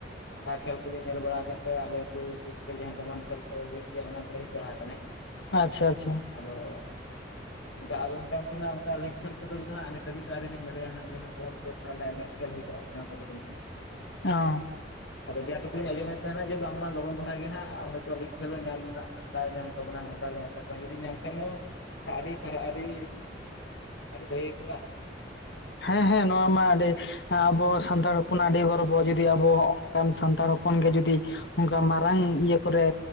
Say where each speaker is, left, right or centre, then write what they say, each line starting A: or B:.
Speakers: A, on the left; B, on the left.
A: ᱟ ᱠᱷᱮᱞ ᱠᱚᱞᱤᱧ ᱧᱮᱞ ᱵᱟᱲᱟ ᱟᱠᱟᱫ ᱛᱟᱭᱟ ᱟᱞᱮ ᱟᱹᱛᱩ ᱥᱩᱨ ᱠᱚᱨᱮ ᱡᱟᱦᱟᱸ ᱫᱟᱢᱟᱱ ᱠᱷᱮᱞ ᱠᱚ ᱦᱩᱭᱩᱜ ᱜᱮᱭᱟ ᱚᱱᱟ ᱠᱚᱨᱮ ᱦᱮᱡ ᱵᱟᱲᱟ ᱟᱠᱟᱱᱟᱭ
B: ᱟᱪᱷᱟ ᱟᱪᱷᱟ
A: ᱟᱫᱚ ᱫᱟ ᱟᱫᱚ ᱚᱱᱠᱟᱱ ᱴᱤᱢ ᱟᱜ ᱚᱱᱠᱟ ᱞᱤᱠ ᱠᱷᱮᱞ ᱠᱚᱫᱚ ᱱᱟᱜ ᱱᱤᱛ ᱫᱷᱟ. ᱵᱤᱡ ᱫᱚ ᱟ. ᱣᱨᱤᱞᱤᱧ ᱧᱮᱞᱮᱭᱟ ᱱᱟᱜ ᱡᱟᱸᱦᱟ ᱠᱚ <unintelligible> ᱠᱷᱮᱞ ᱦᱳᱭᱳᱜᱼᱟ ᱚᱱᱟ ᱠᱚᱨᱮ ᱫᱚ ᱱᱟᱜ
B: ᱚᱸ
A: ᱟᱫᱚ ᱡᱟ ᱴᱩᱠᱩ ᱞᱤᱧ ᱟᱸᱡᱚᱢᱮᱫ ᱛᱟᱦᱮᱱᱟ ᱡᱮ ᱵᱟᱝᱢᱟ ᱞᱚᱜᱚᱱ ᱫᱷᱟᱨᱟ ᱜᱮ ᱱᱟᱸᱜ ᱦᱚᱭᱛᱚ ᱞᱤᱠᱷ ᱠᱷᱮᱞ ᱦᱚᱸ ᱧᱟᱢ ᱨᱮᱱᱟᱜ ᱫᱟᱭᱮ ᱧᱟᱢ ᱛᱟᱵᱚᱱᱟ ᱚᱱᱠᱟᱞᱤᱧ ᱟᱸᱥᱟᱜ ᱠᱚᱣᱟ ᱡᱩᱫᱤ ᱧᱟᱢ ᱠᱷᱟᱱᱮ ᱢᱟ ᱟᱹᱰᱤ ᱥᱟᱨᱦᱟᱣ ᱟᱹᱰᱤ ᱟᱹᱰᱤ ᱜᱷᱟᱜᱤᱠᱚᱜ-ᱟ ᱾
B: ᱦᱮᱸ ᱦᱮᱸ ᱱᱚᱣᱟ ᱢᱟ ᱟᱹᱰᱤ ᱟᱵᱚ ᱥᱟᱱᱛᱟᱲ ᱦᱚᱯᱚᱱᱟᱜ ᱟᱹᱰᱤ ᱜᱚᱨᱵᱚ ᱵᱚᱜ ᱡᱚᱫᱤ ᱟᱵᱚ ᱦᱚᱜ-ᱚᱱ ᱠᱟᱱ ᱥᱟᱱᱛᱟᱲ ᱦᱚᱯᱚᱱ ᱜᱮ ᱡᱩᱫᱤ ᱚᱱᱠᱟ ᱢᱟᱨᱟᱝ ᱤᱭᱟᱹ ᱠᱚᱨᱮ